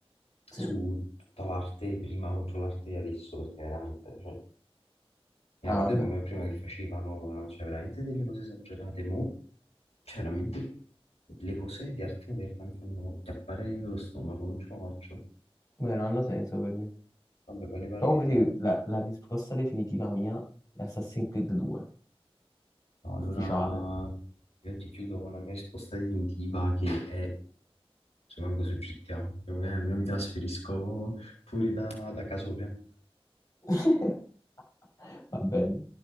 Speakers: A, on the left (about 85°); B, on the left (about 35°).
A: su
B: Sì.
A: tutta l'arte prima contro l'arte di adesso, perché veramente, cioè, Era
B: Ah,
A: video
B: vabbè.
A: che ma- prima che facevano, no, cioè veramente delle cose esagerate, mo, cioè veramente le cose di arte moderna mi fanno chiappare nello stomaco, non ce la faccio.
B: Beh, non hanno senso per me.
A: Vabbè, poi ne parleremo.
B: Comunque sì, la, la risposta definitiva mia è Assassin's Creed 2,
A: No,
B: ufficiale.
A: allora io ti chiudo con la mia risposta definitiva che è rimango su GTA, almeno mi trasferisco fuori da, da Casoria.
B: <laughs> Va bene.